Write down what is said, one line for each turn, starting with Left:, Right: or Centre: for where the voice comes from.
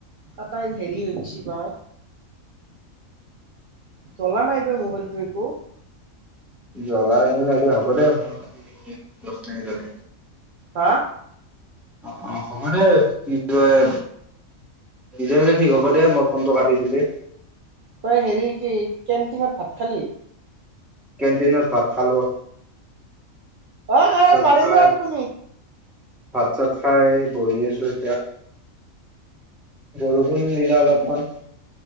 Right: কটাই হেৰি হৈ গৈছ বা চলা নাই যে মোবাইলটো একো
Centre: জ্বলা এনো নাই দে হ'ব দে মই কাটি দিম দে দহমিনিটতে
Right: হা
Centre: অ অ হ'ব দে কি কয় নিজে নিজে ঠিক হ'ব দে মই ফোনটো কাটি দিলেই
Right: তই হেৰি কি কেনটিনত ভাত খালি
Centre: কেণ্টিনত ভাত খালো
Right: অই
Centre: ভাত চাত
Right: মাৰিমৰা
Centre: খাই
Right: টোপনি
Centre: ভাত চাত খাই বহি আছো এতিয়া বৰষুণ দিলা অলপমান